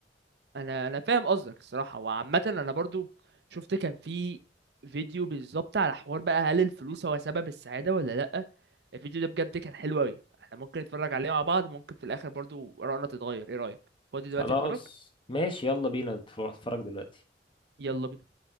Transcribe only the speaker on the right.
انا انا فاهم قصدك الصراحة وعامة انا برضو شفت كان في فيديو بالظبط على حوار بقى هل الفلوس هو سبب السعادة ولا لا الفيديو ده بجد كان حلو اوي احنا ممكن نتفرج عليه مع بعض ممكن في الاخر برضو رأينا تتغير ايه رأيك فاضي
دلوقتي نتفرج
يلا بينا